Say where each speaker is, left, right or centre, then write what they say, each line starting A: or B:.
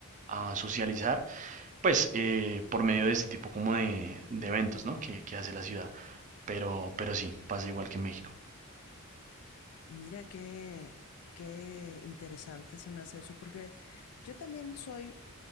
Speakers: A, on the right; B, on the left.
A: a socializar, pues eh, por medio de este tipo como de, de eventos, ¿no? Que, que hace la ciudad. Pero, pero sí, pasa igual que en México.
B: Mira qué, qué interesante se me hace eso, porque yo también soy